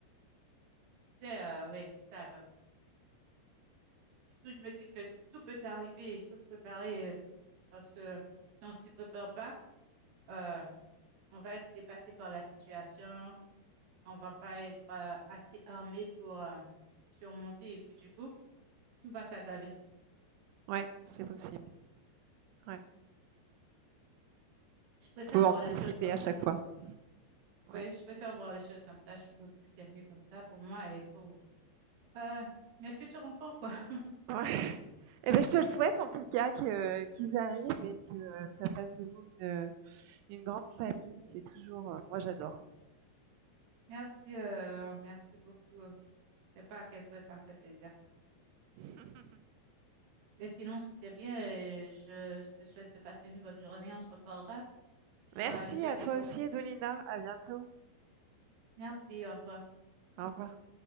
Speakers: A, on the right; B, on the right.
A: Tu sais, euh, ouais, c'est ça. Donc, du coup, je me dis que tout peut arriver. Il faut se préparer euh, parce que si on s'y prépare pas, euh, on va être dépassé par la situation. On va pas être euh, assez armé pour euh, surmonter. Et puis, du coup, tout va s'aggraver.
B: Ouais, c'est possible. Ouais.
A: Je préfère
B: Faut
A: voir
B: anticiper
A: les choses comme
B: à
A: ça.
B: chaque fois.
A: Oui,
B: Ouais.
A: je préfère voir les choses comme ça. Je pense que c'est mieux comme ça pour moi et pour euh, mes futurs enfants, quoi. <laughs>
B: Ouais. <laughs> Eh ben, je te le souhaite en tout cas que- qu'ils arrivent et que euh, ça fasse de vous une, une grande famille. C'est toujours, euh, moi j'adore.
A: Merci, euh, merci beaucoup. Je sais pas à quel point ça me fait plaisir.
B: <laughs>
A: Mais sinon, c'était bien. et Je, je te souhaite de passer une bonne journée. On se reparlera. Je
B: Merci
A: dois aller faire
B: à
A: des
B: toi
A: courses.
B: aussi, Edolina. À bientôt.
A: Merci, au revoir.
B: Au revoir.